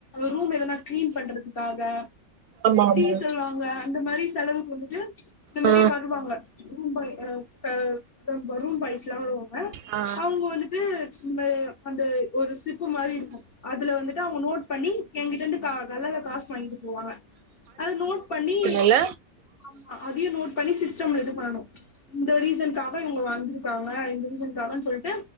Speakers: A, on the left; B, on the right.
A: ரூம் எதனா கிளீன் பண்றதுக்காக
B: ஆமா ஆமா
A: டீசல் வாங்க அந்த மாரி செலவுக்கு வந்துட்டு இந்த மாரி
B: ஆ
A: வருவாங்க ரூம் பாய் ஆ க ரொம்ப ரூம் பாய்ஸ் லா வருவாங்க
B: ஆ
A: அவங்க வந்துட்டு இங்க அந்த ஒரு சிப்பு மாரி இருக்கு அதுல வந்து அவங்க நோட் பண்ணி எங்கிட்ட இருந்து கல்லால காசு வாங்கிட்டு போவாங்க அத நோட் பண்ணி
B: ல
A: ஆமா அதையு நோட் பண்ணி சிஸ்டம்ல இது பண்ணணு இந்த ரீசனுக்காக இவங்க வந்திருக்காங்க இந்த ரீசனுக்காகன் சொல்ட்டு